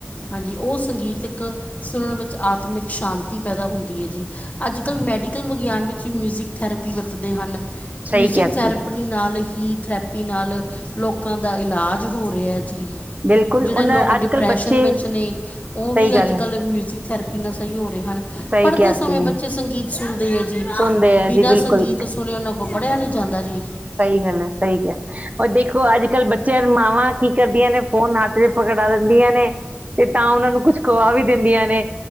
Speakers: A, on the left (about 40°); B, on the right (about 40°).
A: ਹਾਂਜੀ, ਉਹ ਸੰਗੀਤ ਇੱਕ ਸੁਣਨ ਵਿੱਚ ਆਤਮਿਕ ਸ਼ਾਂਤੀ ਪੈਦਾ ਹੁੰਦੀ ਐ, ਜੀ। ਅੱਜ-ਕੱਲ੍ਹ ਮੈਡੀਕਲ ਵਿਗਿਆਨ ਵਿੱਚ ਮਿਊਜ਼ਿਕ ਥੈਰੇਪੀ ਵਰਤਦੇ ਹਨ।
B: ਸਹੀ
A: ਮਿਊਜ਼ਿਕ
B: ਕਿਹਾ
A: ਥੈਰੇਪਰੀ
B: ਸੀ
A: ਨਾਲ ਹੀ। ਥਰੈਪੀ ਨਾਲ ਲੋਕਾਂ ਦਾ ਇਲਾਜ ਹੋ ਰਿਹਾ ਜੀ।
B: ਬਿਲਕੁਲ
A: ਜਿਹੜੇ
B: ਉਹਨਾਂ
A: ਲੋਕ
B: ਅੱਜ
A: ਡਿਪਰੈਸ਼ਨ
B: ਕੱਲ ਬੱਚੇ
A: ਵਿੱਚ ਨੇ ਉਹ ਵੀ
B: ਸਹੀ ਗੱਲ
A: ਅੱਜ-ਕੱਲ੍ਹ
B: ਹੈ
A: ਮਿਊਜਿਕ ਥੈਰੇਪੀ ਨਾਲ ਸਹੀ ਹੋ ਰਹੇ ਹਨ।
B: ਸਹੀ
A: ਪੜ੍ਹਦੇ
B: ਕਿਹਾ
A: ਸਮੇਂ
B: ਸੀ
A: ਬੱਚੇ ਸੰਗੀਤ ਸੁਣਦੇ ਹੈ, ਜੀ।
B: ਸੁਣਦੇ ਆ
A: ਬਿਨਾਂ
B: ਜੀ ਬਿਲਕੁਲ
A: ਸੰਗੀਤ ਸੁਣ ਉਹਨਾਂ ਉਹ ਪੜਿਆ ਨਹੀਂ ਜਾਂਦਾ ਜੀ।
B: ਸਹੀ ਗੱਲ ਸਹੀ ਕਿਹਾ। ਉਹ ਦੇਖੋ ਅੱਜ-ਕੱਲ੍ਹ ਬੱਚਿਆਂ ਮਾਵਾਂ ਕੀ ਕਰਦੀਆਂ ਨੇ ਫੋਨ ਹੱਥ ਚ ਪਕੜਾ ਦਿੰਦੀਆਂ ਨੇ ਤੇ ਤਾਂ ਉਹਨਾਂ ਨੂੰ ਕੁਛ ਖੁਆ ਵੀ ਦਿੰਦੀਆਂ ਨੇ